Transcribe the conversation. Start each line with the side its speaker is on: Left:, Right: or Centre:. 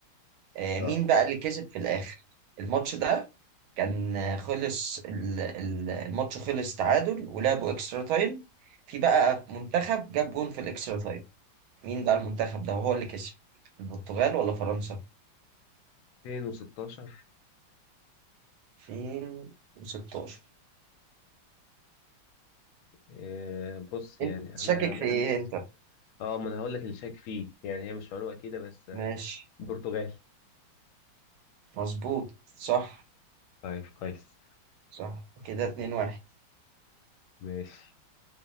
Right: آه
Left: اه
Right: مين بقى اللي كسب في الآخر الماتش ده كان آه، خلص ال- ال- الماتش خلص تعادل ولعبوا اكسترا تايم في بقى منتخب جاب جون في الاكسترا تايم مين بقى المنتخب ده وهو اللي كسب البرتغال ولا فرنسا
Left: 2016
Right: 2016
Left: آه، بص يعني
Right: انت شاكك
Left: انا انا
Right: في ايه انت
Left: اه ما انا هقول لك اللي شاك فيه يعني هي مش معلومه اكيده بس آه،
Right: ماشي
Left: البرتغال
Right: مظبوط صح
Left: طيب كويس
Right: صح كده 2 1
Left: ماشي